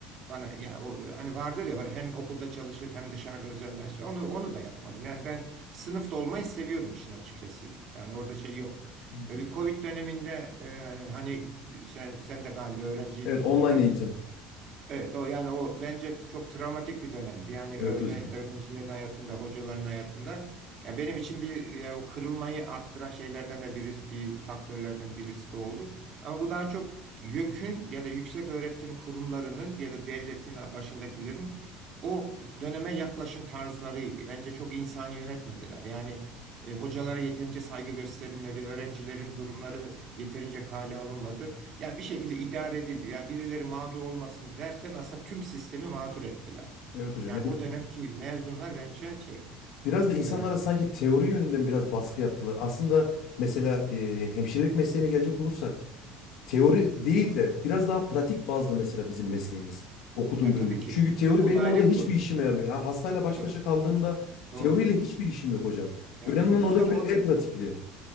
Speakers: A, on the right; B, on the left.
A: bana yani o e, hani vardır ya hem okulda çalışır hem dışarıda özel ders. Onu onu da yapmadım. Yani ben sınıfta olmayı seviyordum işin açıkçası. Yani orada şey yok.
B: Evet
A: E,
B: hocam.
A: bir Covid döneminde e, hani sen sen de galiba öğrenciydin
B: Evet
A: o
B: online
A: dönem.
B: eğitim.
A: Evet, o yani o bence çok travmatik bir dönemdi. Yani
B: Evet
A: öğren-
B: hocam.
A: öğrencilerin hayatında, hocaların hayatında. Ya benim için bir ya o kırılmayı arttıran şeylerden de birisi, bir faktörlerden birisi de oldu. Ama bu daha çok YÖK'ün ya da yüksek öğretim kurumlarının ya da devletin başındakilerin o döneme yaklaşım tarzlarıydı. Bence çok insani yönetmediler. Yani e, hocalara yeterince saygı gösterilmedi, öğrencilerin durumları yeterince kale alınmadı. Yani bir şekilde idare edildi. Yani birileri mağdur olmasın derken aslında tüm sistemi mağdur ettiler.
B: Evet hocam
A: Yani
B: yani
A: o dönemki mezunlar bence şey,
B: biraz da insanlara
A: e,
B: sanki teori yönünden biraz baskı yaptılar. Aslında mesela e, hemşirelik mesleğine gelecek olursak teori değil de biraz daha pratik bazlı mesela bizim mesleğimiz. Okuduğum
A: ya
B: bölümdeki.
A: tabii ki
B: Çünkü teori
A: o
B: benim
A: da ayrı
B: orada hiçbir
A: bir konu.
B: işime
A: tabii.
B: yaramıyor. Ya hastayla baş
A: Doğru,
B: başa kaldığımda
A: doğru.
B: teoriyle hiçbir işim yok hocam.
A: Ya
B: Önemli
A: şimdi
B: olan
A: Mustafa
B: oradaki benim
A: orada
B: el pratikliğim.